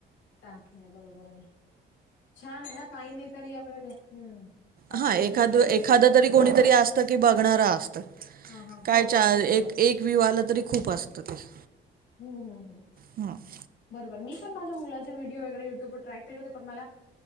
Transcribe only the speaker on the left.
टाकलंय बरोबर. छान काही नाही तरी आपडे हम्म. <inaudible>
एनर्जी जाते
त्याच्यात
हां हां
होतो
असतं असं.
हम्म हम्म हम्म.
बरोबर मी पण माझ्या मुलाचे व्हिडिओ वगैरे युट्यूबवर ट्राय केले होते पण मला.